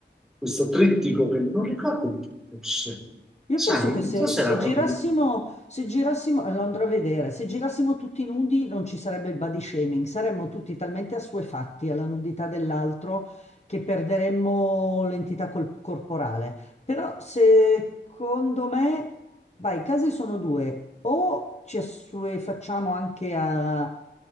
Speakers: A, in the centre; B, on the left.
A: questo trittico che non ricordo di chi fosse.
B: Io
A: Sai,
B: penso
A: non
B: che se,
A: so se
B: se
A: era
B: girassimo,
A: proprio di...
B: se girassimo, eh, lo andrò a vedere, se girassimo tutti nudi non ci sarebbe il body shaming, saremmo tutti talmente assuefatti alla nudità dell'altro che perderemmo l'entità col- corporale. Però secondo me, vai, i casi sono due, o ci assuefacciamo anche a